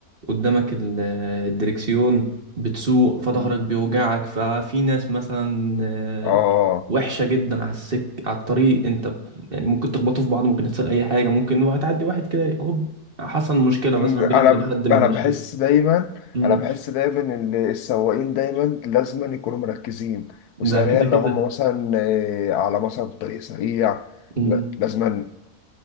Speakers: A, on the right (about 40°); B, on the left (about 85°).
A: قدامك ال- آه، الدركسيون بتسوق فظهرك
B: مم.
A: بيوجعك ففي ناس مثلا آه،
B: اه
A: وحشة جدا على السك على الطريق انت ب- يعني ممكن تخبطوا في بعض ممكن يحصل اي حاجة ممكن وهتعدي واحد كده هوب حصل مشكلة
B: مم.
A: مثلا
B: انا
A: بينك وبين حد من
B: انا
A: الناشئين
B: بحس دايما
A: مم.
B: انا بحس دايما ان السواقين دايما لازم يكونوا مركزين وسريع
A: ده كده
B: لو
A: كده
B: هم مثلا آه، على مثلا طريق سريع
A: مم.
B: لا، لازم